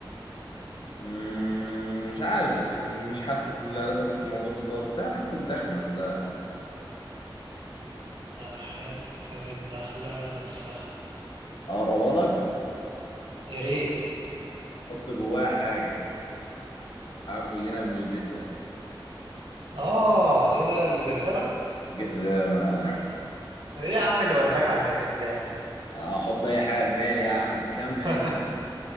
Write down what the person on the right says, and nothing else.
على حسب الدخلة نفسها
يا ريت
اه ايه ده الجزمة
ايه يا عم اللي وداك عند الكدامة
<laughs>